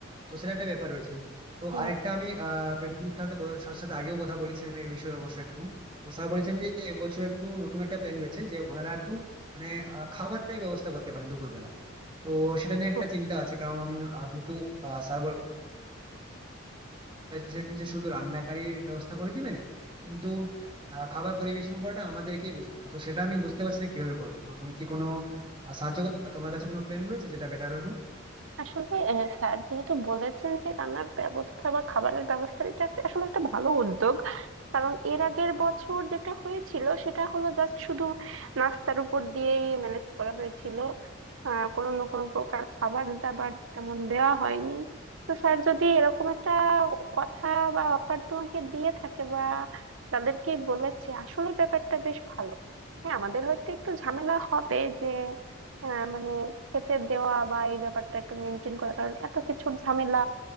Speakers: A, on the right; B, on the right.
A: তো সেটা একটা ব্যাপার রয়েছে তো
B: হ্যাঁ,
A: আরেকটা আমি আহ প্রিন্সিপাল সাথে ক- স্যারের সাথে আগেও কথা বলেছিলাম এই বিষয়ে অবশ্য একটু তো স্যার বলেছেন যে এবছর একটু নতুন একটা প্ল্যান রয়েছে যে ওনারা একটু মানে আহ, খাবারের ব্যবস্থা করতে পারেন দুপুরবেলা তো সেটা নিয়ে
B: তো
A: একটা চিন্তা আছে কারণ আহ, যেহেতু স্যার চাইছেন যে শুধু রান্নাকারীর ব্যবস্থা করে দিবেন কিন্তু আহ, খাবার পরিবেশন করাটা আমাদেরকেই বুঝতে হবে তো সেটা আমি বুঝতে পারছি না কিভাবে করবো তো তুমি কি কোনো আহ, সাহায্য করতে তোমার কাছে কোনো প্ল্যান রয়েছে যেটা বেটার হবে
B: আসলে আহ, স্যার যেহেতু বলেছেন যে রান্নার ব্যবস্থা বা খাবারের ব্যবস্থা এটা একটা- আসলে একটা ভালো উদ্যোগ কারণ এর আগের বছর যেটা হয়েছিল সেটা হলো জাস্ট শুধু নাস্তার উপর দিয়েই ম্যানেজ করা হয়েছিল আহ কোনো না কোনো প্রকার খাবার দাবার তেমন দেওয়া হয়নি তো স্যার যদি এরকম একটা কথা বা অফার তোমাকে দিয়ে থাকে বা তাদেরকে বলেছে আসলে ব্যাপারটা বেশ ভালো হ্যাঁ আমাদের হয়তো একটু ঝামেলা হবে যে আহ, মানে খেতে দেওয়া বা এই ব্যাপারটা একটু মেনটেন করা কারণ এত কিছুর ঝামেলা